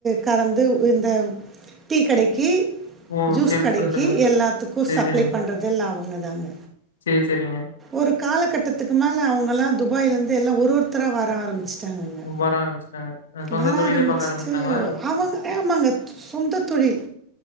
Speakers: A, on the right; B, on the left.
A: கறந்து இந்த டீ கடைக் கி
B: ஓ
A: ஜூஸ்
B: சேல்ஸ்
A: கடைக்கு
B: பண்ட்ருக்காங்க
A: எல்லாத்துக்கு
B: சேரி
A: சப்ளை
B: சேரிங்க
A: பண்றது இல்ல அவங்க தாங்க
B: சேரி சேரிங்க
A: ஒரு காலகட்டத்துக்கு மேல அவங்களா துபாய்ல இருந்து எல்லா ஒரு ஒருத்தரா வர ஆரம்பிச்சு டாங்கங்க
B: வர ஆரம்பிச்சுட்டாங்க அ சொந்த
A: வர
B: தொழிலே
A: ஆரம்பிசிட்டு
B: பாக்க ஆரம்பிச்சுட்டாங்களா
A: அவங்க ஆமாங்க சொந்த தொழில்